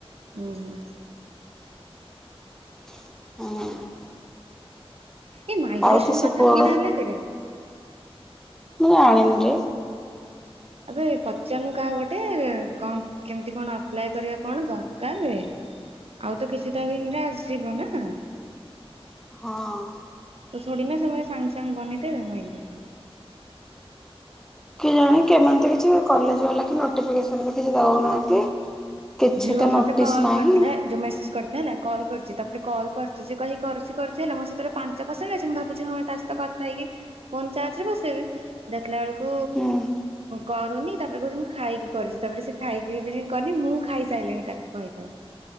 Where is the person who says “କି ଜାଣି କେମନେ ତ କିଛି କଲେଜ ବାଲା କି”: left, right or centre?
Centre